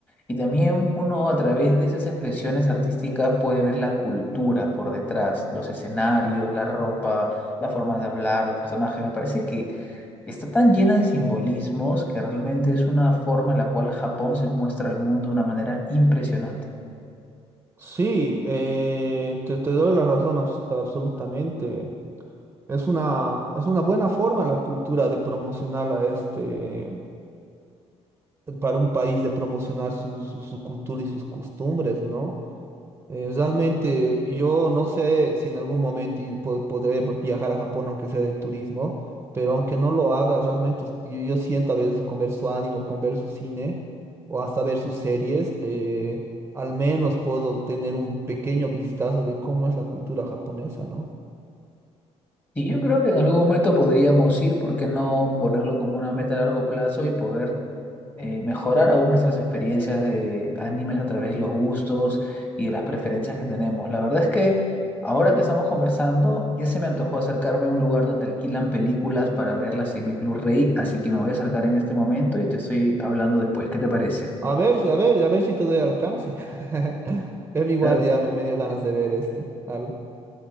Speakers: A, on the left; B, on the right.
A: y también uno a través de esas expresiones artísticas puede ver la cultura por detrás, los escenarios, la ropa, la forma de hablar, los personajes. Me parece que está tan llena de simbolismos que realmente es una forma en la cual Japón se muestra al mundo de una manera impresionante.
B: Sí, eh, te, te doy la razón abs- absolutamente. Es una, es una buena forma la cultura de promocionar a este, para un país de promocionar su, su, su cultura y sus costumbres, ¿no? Eh, realmente yo no sé si en algún momento y po- podré v- viajar a Japón aunque sea de turismo, pero aunque no lo haga, realmente us- yo, yo siento a veces con ver su anime o con ver su cine o hasta ver sus series, eh, al menos puedo tener un pequeño vistazo de cómo es la cultura japonesa, ¿no?
A: Y yo creo que en algún momento podríamos ir, ¿por qué no ponerlo como una meta a largo plazo y poder eh, mejorar aún nuestras experiencias de animes a través de los gustos y de las preferencias que tenemos? La verdad es que ahora que estamos conversando, ya se me antojó acercarme a un lugar donde alquilan películas para verlas en mi Blu-ray, así que me voy a acercar en este momento y te estoy hablando después. ¿Qué te parece?
B: A ver, a ver, a ver si te doy alcance. <laughs> Igual
A: Claro
B: ya me, me dio ganas de ver este, algo.